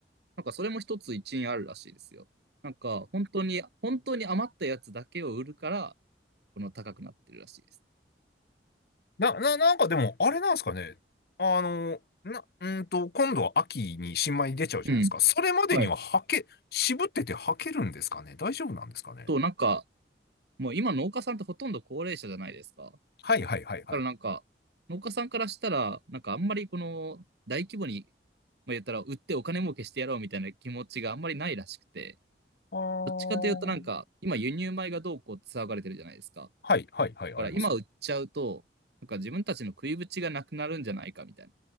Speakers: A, on the right; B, on the left.
A: なんかそれも一つ一因あるらしいですよ。なんか本当に、本当に余ったやつだけを売るから、この高くなってるらしいです。
B: な、な、なんかでも、あれなんですかね。あの、な、うーんと、今度は秋に新米出ちゃうじゃないですか。
A: うん。
B: それまでには履け、
A: はい。
B: 渋ってて履けるんですかね。大丈夫なんですかね。
A: と、なんか、もう今農家さんってほとんど高齢者じゃないですか。だ
B: はいはいはいはい。
A: からなんか、農家さんからしたら、なんかあんまりこの大規模に、まあ、言ったら売ってお金儲けしてやろうみたいな気持ちがあんまりないらしくて、
B: あー。
A: どっちかというとなんか、今輸入米がどうこうって騒がれてるじゃないですか。
B: はいはいはい、ありますね。
A: から今売っちゃうと、なんか自分たちの食いぶちがなくなるんじゃないかみたいな。